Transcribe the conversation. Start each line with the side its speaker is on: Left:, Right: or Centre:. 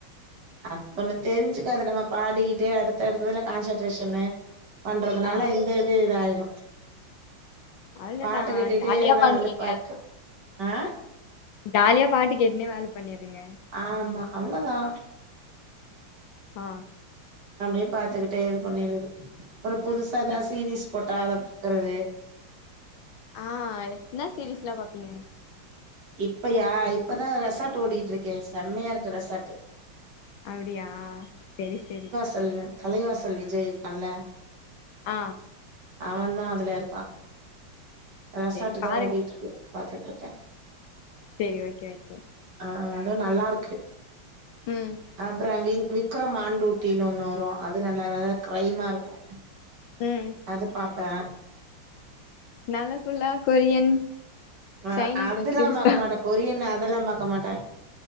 Right: அப்ப ஒண்ணு தெரிஞ்சுக்காது நம்ம பாடிக்கிட்டே அடுத்த அடுத்ததுல கான்சன்ட்ரேஷன்னு பண்றதுனால
Left: ஆ
Right: இந்தது இதாயிரு
Left: அவ்ளோதா
Right: பாட்டு கேட்டுட்டேதா
Left: ஜாலியா பண்றீங்க
Right: அழுப்பா ஆ
Left: ஜாலியா பாட்டு கேட்னே வேல பண்ணிறீங்க
Right: ஆமா அவ்ளதா
Left: ஆ
Right: அப்டியே பாத்துக்கிட்டே இது பண்ணிறது அப்றோ புதுசா எதாவ்துசீரிஸ்
Left: ம்
Right: போட்டா அத பாக்குறது
Left: ஆ என்னா சீரிஸ்லா பாப்பிங்க
Right: இப்பையா இப்பதா ரெசாட் ஓடிட்ருக்கே செம்மயாருக்கு ரெசார்ட்டு
Left: அப்டியா செரி செரி
Right: தள்ளு தலைவாசல் விஜய் இருக்கான்ல்ல
Left: ஆ
Right: அவே தா அதுலருக்கா அ ரெசாட்டு
Left: செரி
Right: தா
Left: பாருங்க
Right: ஓடிட்ருக்கு பாத்துட்ருக்கே
Left: செரி ஓகே ஓகே
Right: ஆ அது நல்லாருக்கு
Left: ம்
Right: அப்றோ வி விக்ரம் ஆன் டூட்டினு ஒண்ணு வரு அது நல்லா நல்ல க்ரைமாருக்கு
Left: ம்
Right: அது பாப்பே
Left: நா லா ஃபுல்லா கொரியன்
Right: ஆ
Left: சைனீஸ்
Right: அதுல்லா
Left: வெப் சீரிஸ்
Right: பாக்க
Left: தா
Right: மாட்டே கொரியன் அதெல்லா பாக்க மாட்டே